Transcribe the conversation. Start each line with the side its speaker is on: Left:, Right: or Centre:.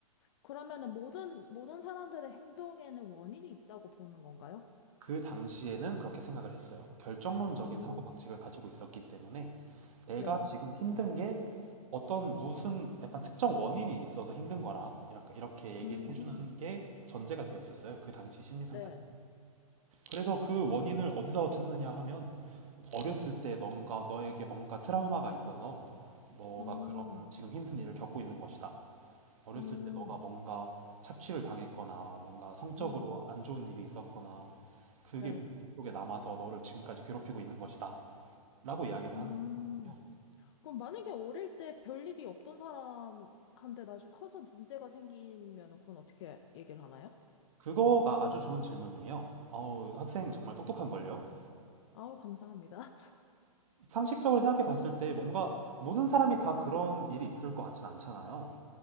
Left: 그러면은 모든, 모든 사람들의 행동에는 원인이 있다고 보는 건가요?
Right: 그 당시에는 그렇게 생각을 했어요. 결정론적인
Left: 음,
Right: 사고 방식을 가지고 있었기 때문에 내가
Left: 네.
Right: 지금 힘든 게 어떤 무슨 약간 특정 원인이 있어서 힘든 거라 이렇게 이렇게 얘기를
Left: 음,
Right: 해주는 게 전제가 되어 있었어요. 그 당시 심리 상담.
Left: 네.
Right: 그래서 그 원인을 어디서 찾느냐 하면 어렸을 때 뭔가 너에게 뭔가 트라우마가 있어서 너가
Left: 음,
Right: 그런 지금 힘든 일을 겪고 있는 것이다. 어렸을
Left: 음,
Right: 때 너가 뭔가 착취를 당했거나 뭔가 성적으로
Left: 음,
Right: 안 좋은 일이 있었거나 그게
Left: 네.
Right: 무의식 속에 남아서 너를 지금까지 괴롭히고 있는 것이다. 라고 이야기를
Left: 음.
Right: 하는 거거든요.
Left: 그럼 만약에 어릴 때 별일이 없던 사람한테 나중에 커서 문제가 생기면 그건 어떻게 얘기를 하나요?
Right: 그거가 아주 좋은 질문이에요. 어우, 학생 정말 똑똑한걸요?
Left: 아우, 감사합니다.
Right: 상식적으로 생각해 봤을 때 뭔가 모든 사람이 다 그런 일이 있을 것 같진 않잖아요.